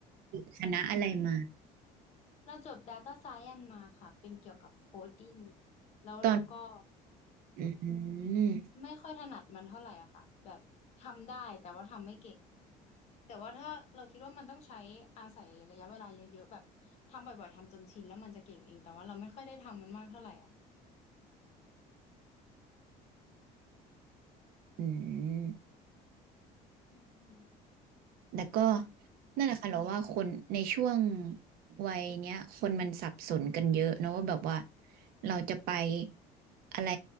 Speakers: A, on the right; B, on the left.
A: ติดคณะอะไรมา
B: เราจบ Data Science มาค่ะเป็นเกี่ยวกับโคดดิ้งแล้วเราก็
A: ตอนอืม
B: ไม่ค่อยถนัดมันเท่าไหร่อะค่ะแบบทำได้แต่ว่าทำไม่เก่ง แต่ว่าถ้าเราคิดว่ามันต้องใช้อาศัยระยะเวลาเยอะๆแบบทำบ่อยๆทำจนชินแล้วมันจะเก่งเองแต่ว่าเราไม่ค่อยได้ทำมันมากเท่าไหร่อะ
A: อืม
B: อืม
A: แต่ก็นั่นแหละค่ะเราว่าคนในช่วงวัยเนี้ยคนมันสับสนกันเยอะเนอะว่าแบบว่าเราจะไปอะไร